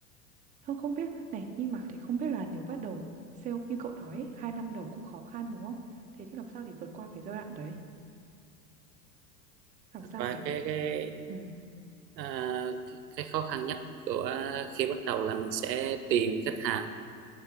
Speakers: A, on the right; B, on the right.
A: Thôi không biết này, nhưng mà thì không biết là nếu bắt đầu sale như cậu nói ấy, 2 năm đầu cũng khó khăn, đúng không? Thế thì làm sao để vượt qua cái giai đoạn đấy? Làm
B: thật
A: sao
B: ra
A: để
B: cái
A: kiểu
B: cái
A: ừm.
B: À, cái, cái khó khăn nhất của khi bắt đầu là mình sẽ tìm khách hàng